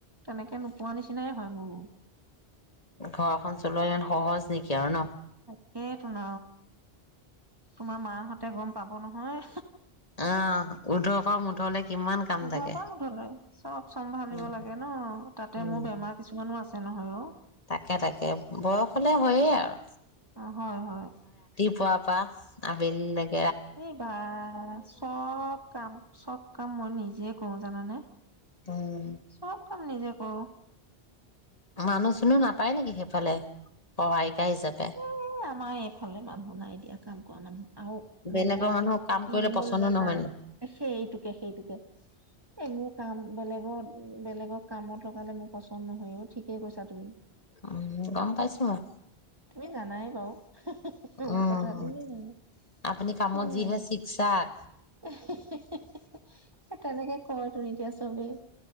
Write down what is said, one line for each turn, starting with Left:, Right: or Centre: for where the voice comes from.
Right: তেনেকে নোপোৱা নিচিনাই হয়, মোৰো
Left: ঘৰখন চলোৱাই ন সহজ নেকি আৰু ন?
Right: সেইটো ন, তোমাৰ মাহঁতে গম পাব নহয়।
Left: অ উৰ্ধৰ পৰা মুধলে কিমান কাম
Right: উধ
Left: থাকে
Right: পা উধলে চব চম্ভালিব
Left: উম
Right: লাগে ন তাতে
Left: উম
Right: মোৰ বেমাৰ কিছুমানো আছে। তে নহয়, অ'
Left: তাকে তাকে বয়স হলে হয়েই আৰু।
Right: অ', হয়-হয়।
Left: পুৱা পৰা আবেলিলৈক
Right: এই বা চব কাম, চব কাম মই নিজে কৰো জানানে।
Left: উম
Right: চব কাম নিজে কৰো।
Left: মানুহ-চানুহ না পায় নেকি সেইফালে? সহায়িকা
Right: এ,
Left: হিচাপে
Right: আমাৰ এইফালে মানুহ নাই দিয়া, কাম কৰা মানুহ। আৰু
Left: বেলেগৰ
Right: নহয়,
Left: মানুহক কাম
Right: কি
Left: কৰিলে
Right: হ'ল
Left: পচন্দো
Right: জানা,
Left: নহয় ন
Right: সেইটোকে, সেইটোকে, এই মোৰ কাম বেলেগৰ বেলেগক কামত লগালে মোৰ পচন্দ নহয়ো, ঠিকেই কৈছা তুমি।
Left: উম, গম পাইছোঁ মই
Right: তুমি জানাই বাৰু।
Left: উম
Right: কথাটো <unintelligible>
Left: আপুনি কামত যিহে চিকচাক
Right: তেনেকে কয় তু এতিয়া চবেই।